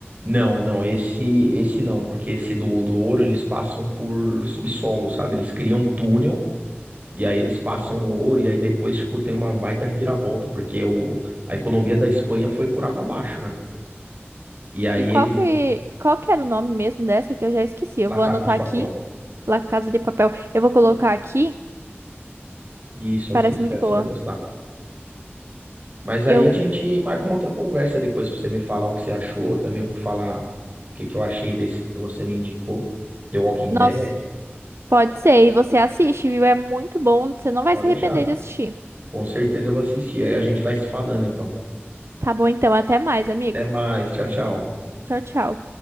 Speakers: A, on the right (about 40°); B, on the right (about 75°).
A: Não, não, esse esse não, porque esse do, do ouro eles passam por subsolo, sabe? Eles criam um túnel e aí eles passam o ouro e aí depois, tipo, tem uma baita reviravolta, porque o, a economia da Espanha foi por água abaixo, né? E aí
B: E qual
A: eles,
B: que, qual que era o nome mesmo dessa que eu já esqueci? Eu
A: La
B: vou
A: Casa
B: anotar
A: de Papel.
B: aqui. La Casa de Papel. Eu vou colocar
A: Isso,
B: aqui.
A: Isso, assiste,
B: Parece muito
A: essa,
B: boa.
A: você vai gostar. Mas aí
B: Eu,
A: a gente marca uma outra conversa depois pra você me falar o que você achou, também vou falar o que que eu achei desse que você me indicou, The Walking
B: nossa,
A: Dead,
B: pode ser. E você assiste, viu? É muito bom. Você não vai
A: pode
B: se
A: deixar.
B: arrepender de assistir.
A: Com certeza eu vou assistir, aí a gente vai se falando então.
B: Tá bom, então. Até mais, amigo.
A: Até mais. Tchau, tchau.
B: Tchau, tchau.